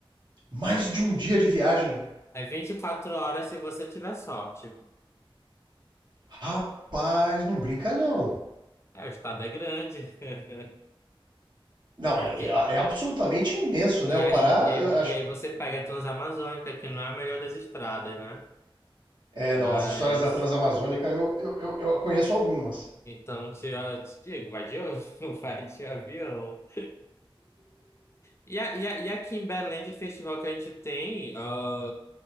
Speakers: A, on the right; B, on the left.
A: Mais de um dia de viagem.
B: É 24 horas se você tiver sorte.
A: Rapaz, não brinca não.
B: É, o estado é grande. <laughs>
A: Não, é, é-
B: Que-
A: é absolutamente imenso,
B: E
A: né? O
B: aí,
A: Pará,
B: e aí, e
A: acho-
B: aí você pega a Transamazônica, que não é a melhor das estradas, né?
A: é,
B: Mas,
A: não, as histórias da Transamazônica eu, eu, eu, eu conheço algumas.
B: então, te, eu te digo, vai de, <laughs> vai de avião. E, a- e, a- e aqui em Belém, de festival que a gente tem, ah,